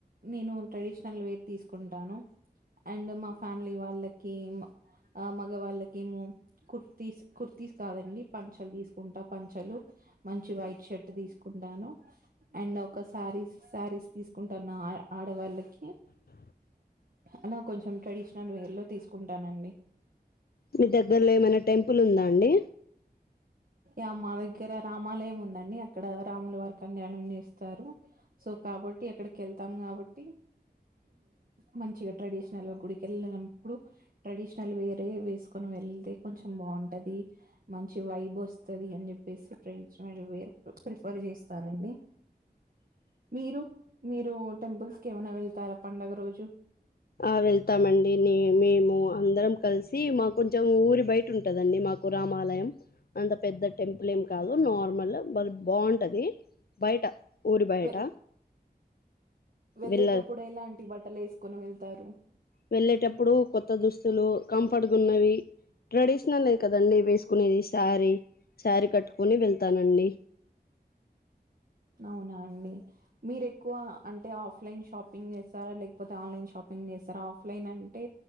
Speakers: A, on the right (about 55°); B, on the left (about 65°).
A: నేను ట్రెడిషనల్ వేర్ తీసుకుంటాను అండ్ మా ఫ్యామిలీ వాళ్ళకి ఆ మగవాళ్ళకేమో కుర్తీస్ కుర్తీస్ కాదండి పంచలు తీసుకుంటా పంచలు మంచిగా వైట్ షర్ట్ తీసుకుంటాను అండ్ ఒక శారీస్ శారీస్ తీసుకుంటాన్న ఆ ఆడవాళ్ళకి
B: అ
A: అలా కొంచెం ట్రెడిషనల్ వేర్ లో తీసుకుంటానండి
B: మీ దగ్గరలో ఏమన్నా టెంపుల్ ఉందా అండి
A: ఆ మా దగ్గర రామాలయం ఉందండి అక్కడ రాముల వారి కళ్యాణం చేస్తారు సో కాబట్టి ట్టి అక్కడికి వెళ్తాం కాబట్టి మంచిగా ట్రెడిషనల్ గా గుడికెళ్ళినప్పుడు ట్రెడిషనల్ వేరే వేసుకొని వే వెళ్తే కొంచెం బాగుంటది మంచి వైబ్ వస్తుంది అని చెప్పేసి ట్రై <unintelligible> ప్రిఫర్ చేస్తానండి మీరు మీరు టెంపుల్స్ కి ఏమనా వెళ్తారా పండగ రోజు
B: ఆ వెళ్తామండి నేను మేము అందరం కలిసి మాకు కొంచెం ఊరి బయట ఉంటదండి మాకు రామాలయం అంత పెద్ద టెంపుల్ కాదు నార్మల్ కానీ బాగుంటది బయట ఉరి బయట
A: వె వెళ్ళేటప్పుడు
B: వెళ్ళ
A: ఎలాంటి బట్టలు వేసుకుని వెళ్తారు
B: వెళ్ళేటప్పుడు కొత్త దుస్తువులు కంఫర్ట్గా ఉన్నవి ట్రెడిషనల్వే కదండి వేసుకునేది శారీ శారీ కట్టుకుని వెళ్తానండి
A: అవునా అండి మీరు ఎక్కువ అంటే ఆఫ్లైన్ షాపింగ్ చేస్తారా లేకపోతే ఆన్లైన్ షాపింగ్ పి చేస్తారా ఆఫ్లైన్ అంటే